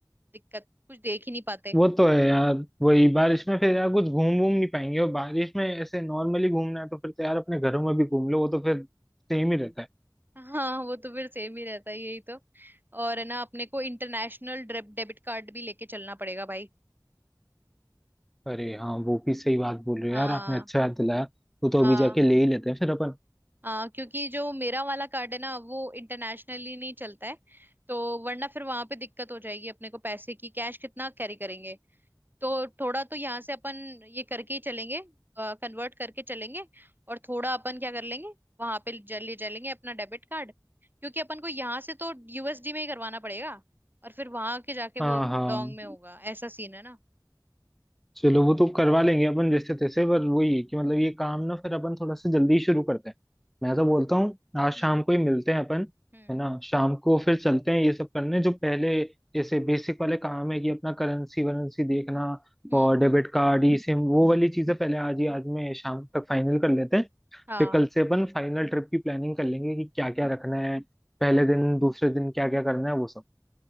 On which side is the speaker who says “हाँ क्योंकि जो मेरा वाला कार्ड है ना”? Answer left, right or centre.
Right